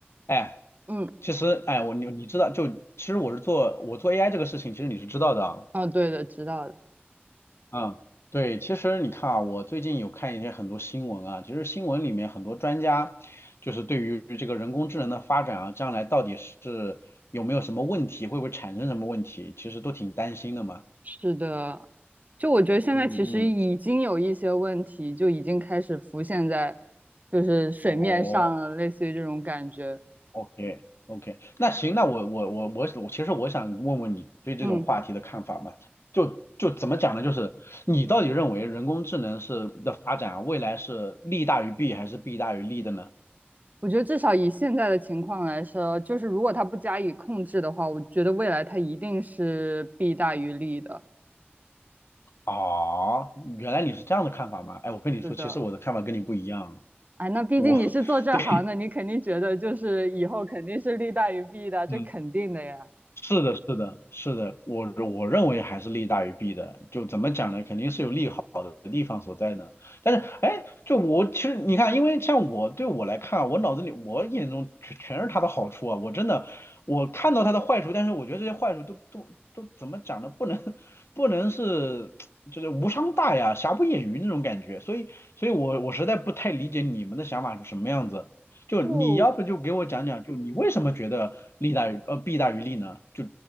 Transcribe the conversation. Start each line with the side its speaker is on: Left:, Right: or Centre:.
Left: 哎，
Right: 嗯，
Left: 其实，哎，我你你知道，就其实我是做我做 AI 这个事情，其实你是知道的啊。
Right: 哦，对的，知道的，
Left: 嗯，对，其实你看啊，我最近有看一些很多新闻啊，其实新闻里面很多专家就是对于这个人工智能的发展啊，将来到底是有没有什么问题，会不会产生什么问题，其实都挺担心的嘛。
Right: 是的，就我觉得现在其实已经有一些问题，
Left: 嗯嗯，
Right: 就已经开始浮现在就是水面上了，
Left: 哦，
Right: 类似于这种感觉。
Left: OK OK，那行，那我我我我我其实我想问问你对这种话题的看法嘛？
Right: 嗯，
Left: 就就怎么讲呢？就是你到底认为人工智能是的发展啊未来是利大于弊还是弊大于利的呢？
Right: 我觉得至少以现在的情况来说，就是如果它不加以控制的话，我觉得未来它一定是弊大于利的。
Left: 哦，原来你是这样的看法吗？哎，我跟你说，
Right: 是的，
Left: 其实我的看法跟你不一样啊。
Right: 哎，那毕竟你是做这行的，
Left: 我 <laughs> 对，
Right: 你肯定觉得就是以后肯定是利大于弊的，这肯定的呀。
Left: 嗯。是的，是的，是的，我我认为还是利大于弊的。就怎么讲呢？肯定是有利好的地方所在呢。但是，哎，就我其实你看，因为像我对我来看啊我脑子里我眼中全全是他的好处啊。我真的我看到他的坏处，但是我觉得这些坏处都都都怎么讲呢？不能不能是就是无伤大雅、瑕不掩瑜那种感觉。所以，所以我我实在不太理解你们的想法是什么样子。就你要不就给我讲讲，
Right: 就
Left: 就你为什么觉得利大于呃弊大于利呢？就